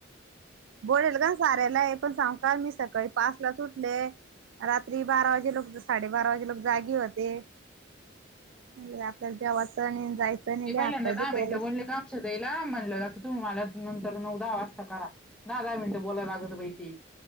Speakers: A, on the right; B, in the centre.
A: बोरल का साार्याला आहे पण सांग का मी सकाळी पाच ला त उठले. रात्री बारा वाजे लोक साडेबारा वाजे लोक जागी होते. आपल्याला जेवायचं नाही जायचं नाही.
B: मी
A: हात
B: पहिल्यांदा
A: पाय
B: दहा
A: दुखवले
B: मिनिटे बोलले कापक्षदईला म्हणलं तुम्ही मला नंतर नऊदा वाजता करा. द दहा मिनटं बोलायला लागत बाई ते